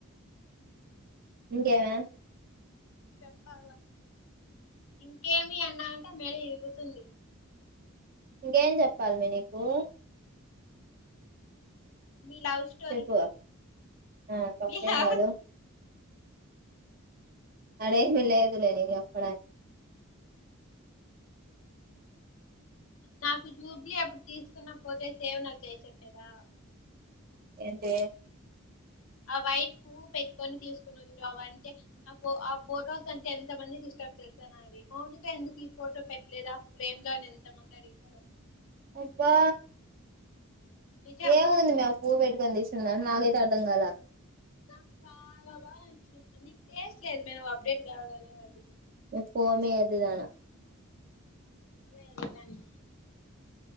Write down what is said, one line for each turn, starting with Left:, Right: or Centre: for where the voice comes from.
Right: ఇంకేమి
Left: చెప్పాల ఇంకేం టి అన్నవ్ అంటే మెడ ఇరుగుతుంది
Right: ఇంకేం చెప్పాలి మే నీకు
Left: మీ లవ్ స్టోరీ
Right: చెప్పు ఆ తొక్కెం
Left: మీ లవ్
Right: కాదు అడేమి లేదులే నిక్ చేప్పడానికి
Left: నాకు జూబ్లీ ఆప్పుడు తీసుకున్న ఫోటేస్ ఏవనా చేయ చెప్పేదా
Right: ఎంది
Left: ఆ వైట్ పువ్వు పెట్టుకొని తీసుకున్న చూడు అవంటే ఆ ఆ ఫొటోస్ అంటే ఎంత మందికి ఇష్టం తెలుస నావి మౌనిక ఎందుకు ఈ ఫోటో పెట్టలేదు ఫ్రేమ్ లో అని ఎంత మంది అడిగినారో
Right: యబ్బా
Left: నిజం
Right: ఏముంది మా పువ్ పెట్టుకుని థీస్ న్నా నాకైతే అర్థం గాల
Left: నాకు చాలా బాగా నచ్చింది నీకు టేస్ట్ లేదు మే. నువ్వు అప్డేట్ కాలేదుగ అందుకి
Right: పో మే ఎర్రి దాన
Left: అదే అదేదానిది